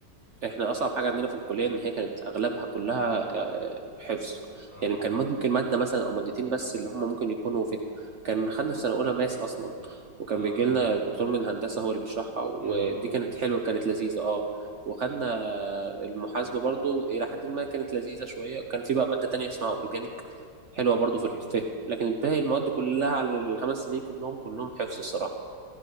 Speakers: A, on the right (about 55°); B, on the left (about 35°).
A: احنا اصعب حاجه عندنا في الكليه ان هي كانت اغلبها كلها آه، حفظ
B: اه
A: يعني كان ممكن ماده مثلا او مادتين بس اللي هم ممكن يكونوا فهم كان خدنا في سنه اولى ماس اصلا وكان
B: اه
A: بيجي لنا دكتور من هندسه هو اللي بيشرحها ودي
B: يا راجل
A: كانت حلوه كانت لذيذه اه وخدنا آه، المحاسبه برضو الى حد ما كانت لذيذه شويه كان في بقى ماده تانية اسمها اورجانيك حلوه برضو في الفهم لكن الباقي المواد كلها على الخمس سنين كلهم كلهم حفظ الصراحه